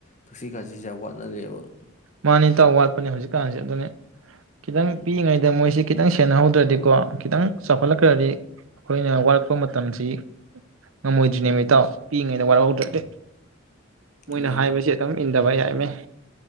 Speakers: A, on the left (about 35°); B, on the right (about 80°).
A: ꯊꯛꯁꯤ ꯈꯥꯁꯤꯁꯦ ꯌꯥꯝ ꯋꯥꯠ <unintelligible>
B: ꯃꯥꯅꯤ ꯏꯇꯥꯎ ꯋꯥꯠꯄꯅꯦ ꯍꯧꯖꯤꯛꯀꯥꯟꯁꯦ ꯑꯗꯨꯅꯤ ꯈꯤꯇꯪ
A: ꯎꯝ
B: ꯄꯤꯛꯏꯉꯩꯗ ꯃꯣꯏꯁꯤ ꯈꯤꯇꯪ ꯁꯦꯟꯅꯍꯧꯗ꯭ꯔꯗꯤꯀꯣ ꯈꯤꯇꯪ ꯆꯥꯎꯈꯠꯂꯛꯈ꯭ꯔꯗꯤ ꯑꯩꯈꯣꯏꯅ ꯋꯥꯔꯛꯄ ꯃꯇꯝꯁꯤ ꯉꯝꯃꯣꯏꯗ꯭ꯔꯤꯅꯦꯕ ꯏꯇꯥꯎ ꯄꯤꯛꯏꯉꯩꯗ ꯋꯥꯔꯛꯍꯧꯗ꯭ꯔꯗꯤ
A: ꯑꯗꯨꯅꯤ
B: ꯃꯣꯏꯅ ꯍꯥꯏꯕꯁꯤ ꯑꯗꯨꯝ ꯏꯟꯗꯕ ꯌꯥ <unintelligible>